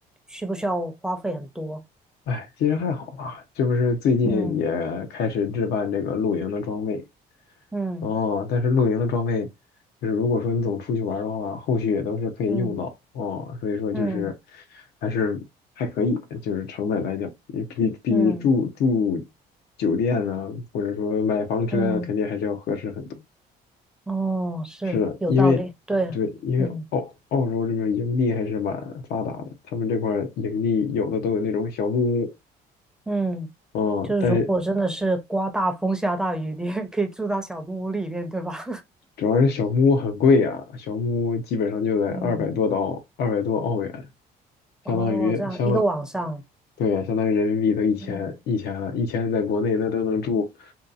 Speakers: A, in the centre; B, on the left.
A: 需不需要花费很多？
B: 哎，其实还好吧，这不是最近也开始置办这个露营的装备，
A: 嗯嗯
B: 哦，但是露营的装备，就是如果说你总出去玩儿的话，后续也都是可以用到哦。
A: 嗯
B: 所以说就是
A: 嗯
B: 还是还可以，就是成本来讲，也比比住住
A: 嗯
B: 酒店呢、或者说买房车啊，
A: 嗯，
B: 肯定还是要合适很多。
A: 嗯哦，是有道理，
B: 是的，因为对，
A: 对，
B: 因为澳澳洲这边营地还是蛮发达的，
A: 嗯
B: 他们这块儿营地有的都有那种小木屋，
A: 嗯。
B: 嗯，
A: 就是如果真的是刮大风下大雨，
B: 但是
A: 你也可以住到小木屋里面，对吧？<laughs>
B: 主要是小木屋很贵啊，小木屋基本上就得二百多刀，
A: 嗯，
B: 二百多澳元。
A: 哦，
B: 相当于相当
A: 这样一个晚上，
B: 对呀，相当于人民币都一千一千了，
A: 嗯，
B: 一千在国内那都能住，